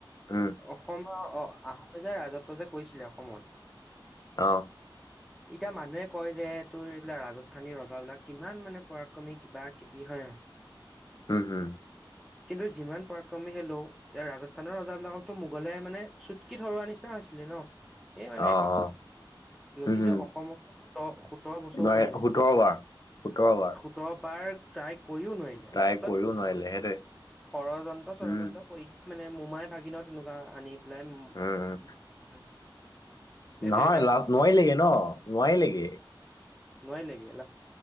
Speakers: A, on the left; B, in the centre.
A: উম,
B: অসমৰ অ আহোম যে ৰাজত্ব যে কৈছিলে অসমত
A: অ',
B: এতিয়া মানুহে কয় যে তোৰ এইবিলাক ৰাজস্থানী ৰজাবিলাক কিমান মানে পৰাক্ৰমী কিবা কিবি হয় ন।
A: হুম হু।
B: কিন্তু যিমান পৰাক্ৰমী হলেও এতিয়া ৰাজস্থানৰ ৰজাবিলাকতো মোগলে মানে চুটকি থৰোৱা নিচিনা হৈছে। ছিলে ন এই মানে
A: অ',
B: এখন
A: অ', উম,
B: কিন্তু
A: উম,
B: অসমত। সোতৰ বছৰো
A: নোৱাৰে
B: নোৱাৰিলে
A: সোতৰ বাৰ, সোতৰ বাৰ।
B: সোতৰ বাৰ ট্ৰাই কৰিও নোৱাৰিলে
A: তাই
B: লাষ্টত
A: কৰিও
B: গৈ
A: নোৱাৰিলে সেইটোৱে,
B: ষড়যন্ত্ৰ
A: উম,
B: ড়যন্ত্ৰ কৰি। মানে মোমাই ভাগিনৰ তেনেকুৱা আনি পেলাই।
A: উম, উম।
B: সেইটোৱে
A: নহয়
B: এতিয়া
A: লাজ
B: পা
A: নোৱাৰিল লেগে ন নোৱাৰ লেগে।
B: নাৱাৰি লেগে